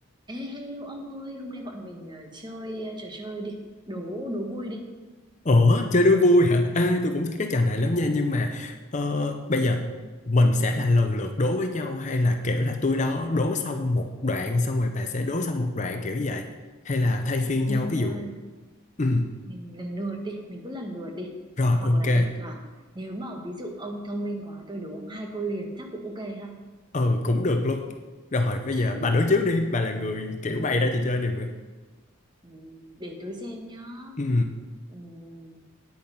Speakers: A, on the right; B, on the left.
A: Ê, hello ông ơi, hôm nay bọn mình ờ, chơi ờ, trò chơi đi, đố đố vui đi.
B: Ủa, chơi đố vui hả? Ê, tôi cũng thích cái trò này lắm nha, nhưng mà ờ, bây giờ mình sẽ là lần lượt đố với nhau hay là kiểu là tôi đó đố xong một đoạn xong rồi bà sẽ đố xong một đoạn kiểu vậy hay là thay phiên nhau
A: Mình
B: ví dụ.
A: ờ,
B: Ừ,
A: mình lần lượt đi, mình cứ lần lượt đi.
B: rồi
A: Hoặc
B: ok.
A: là thỉnh thoảng nếu mà ví dụ ông thông minh quá tôi đố ông hai câu liền chắc cũng ok ha.
B: Ừ, cũng được luôn. Rồi bây
A: <laughs>
B: giờ bà đố trước đi, bà là người kiểu bày ra trò chơi này mà.
A: Ừm, để tôi xem nhá.
B: Ừ.
A: Ừm,